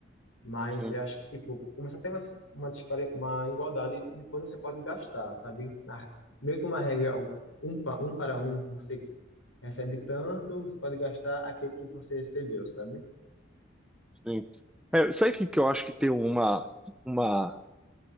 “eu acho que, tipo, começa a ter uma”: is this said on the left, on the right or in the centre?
Left